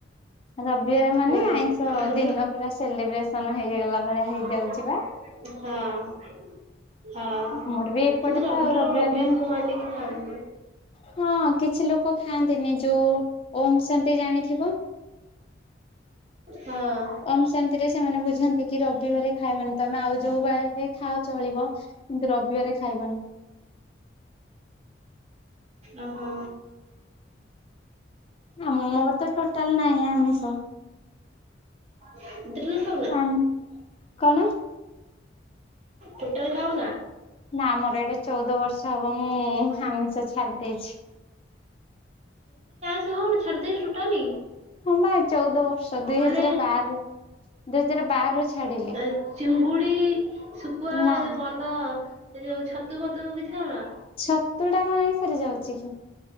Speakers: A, on the left; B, on the right.
A: ରବିବାର ମାନେ
B: ହୁଁ
A: ଆଇଁଷ
B: ଆମର
A: ଦିନ ପୁରା ସେଲିବ୍ରେସନ ହେଇଗଲା।
B: ହଁ।
A: ଭଳିଆ ହେଇଯାଉଛି
B: ହଁ
A: ମୋର ବି ଏପଟେ
B: କିନ୍ତୁ
A: ତ ଆଉ ରବିବାର
B: କଣ ରବିଙ୍କୁ
A: ମାନେ
B: ମାନିକି ଖାଆନ୍ତି।
A: ହଁ କିଛି ଲୋକ ଖାଆନ୍ତିନି ଯୋଉ ଓଁ ଶାନ୍ତି ଜାଣିଥିବ।
B: ହଁ
A: ଓମଶାନ୍ତିରେ, ସେମାନେ ବୁଝନ୍ତି କି ରବିଵାରେ ଖାଇବନି। ତମେ ଆଉ ଯୋଉ ଵାରରେ ଖାଉଛ ଚଳିବ, କିନ୍ତୁ ରବିବାରେ ଖାଇବନି।
B: ଓ ହୋ,
A: ମୋର ତ ଟୋଟାଲ ନାହିଁ ଆମିଷ।
B: ହଁ ଟୋଟାଲ ଖାଉନା?
A: ଆମେ କଣ
B: ଟୋଟାଲ ଖାଉନା?
A: ନା, ଆମର ଏଇଟା ଚଉଦ ବର୍ଷ ହବ ମୁଁ ଆମିଷ ଛାଡି ଦେଇଛି।
B: ହହୁନ ଛାଡି ଦେଇଛୁ ଟୋଟାଲି
A: ହଁ ବା ଚଉଦ ବର୍ଷ ଦୁଇ
B: ମାନେ
A: ହଜାର ବାର ଦୁଇ ହଜାର ବାର ରୁ ଛାଡିଲି
B: ଏ ଚିଙ୍ଗୁଡି, ସୁ ହବା
A: ନା
B: ଯୋଉ କଣ ତ ଯୋଉ ଛତୁ ଫତୁ କିଛି ଖାଅନା?
A: ଛ ଛତୁ ଟା କଣ ଆମିଷ ରେ ଯାଉଛି କି?